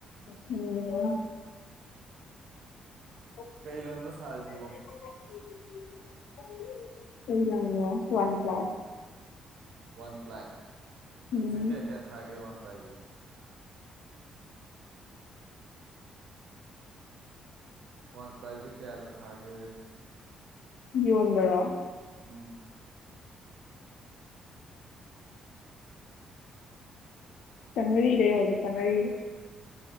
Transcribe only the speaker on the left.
ꯎꯝ <inaudible>
<inaudible> ꯀꯩ ꯂꯪꯅꯣ ꯋꯥꯟ ꯄ꯭ꯂꯥꯢ
ꯎꯝ
ꯌꯣꯟꯕꯔꯣ?
ꯆꯝꯃ꯭ꯔꯤꯗ ꯌꯣꯜꯂꯤ ꯆꯝꯃ꯭ꯔꯤꯗ꯫